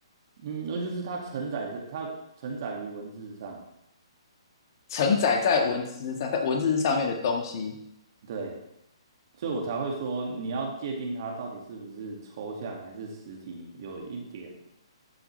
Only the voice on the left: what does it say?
承载在文字上，在文字上面的东西